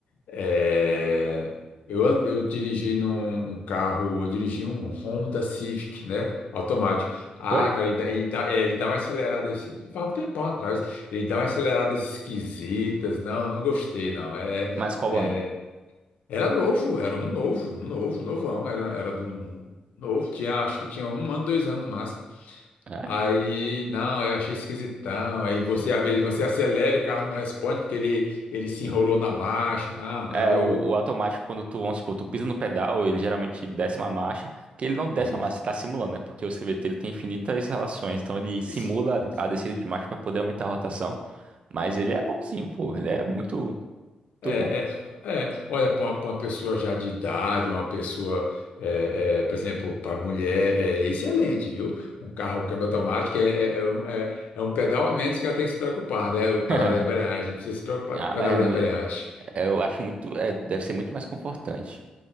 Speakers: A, on the left (about 80°); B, on the right (about 50°).
A: É, Eu, an- eu dirigi num um carro, eu dirigi um Honda Civic, né? Automático. Ah,
B: Oi?
A: cara, ele dá, ele dá, é, ele dá uma acelerada, assim, faz um tempão atrás, ele dá umas aceleradas esquisitas. Não, não gostei, não. É,
B: Mas qual
A: é,
B: ano?
A: Era novo, era um novo, um novo, novão, era, era de um um novo, tinha, acho que tinha um ano, dois anos no máximo.
B: É,
A: Aí, não, eu achei esquisitão. Aí você, às vezes, você acelera e o carro não responde porque ele, ele se enrolou na marcha. Não,
B: é
A: não, eu.
B: o, o automático, quando tu, vamos supor, tu pisa no pedal, ele geralmente desce uma marcha, que ele não desce
A: Isso,
B: uma marcha, você tá simulando, né? Porque o CVT ele tem infinitas relações, então ele
A: isso,
B: simula
A: isso.
B: a descida de marcha pra poder aumentar a rotação. Mas ele é bonzinho, pô, ele é muito,
A: É,
B: muito bom.
A: é, é. Olha, para uma, pra uma pessoa já de idade, uma pessoa, é, é, por exemplo, para mulher, é excelente, viu? Um carro um câmbio automático é, é, é um, é- é um pedal a menos que ela tem que se preocupar, né? O pedal
B: <laughs>
A: da embreagem, não precisa se preocupar
B: Ah,
A: com o pedal
B: mas é,
A: da
B: mu-
A: embreagem.
B: É, Eu acho muito. é, deve ser muito mais confortante.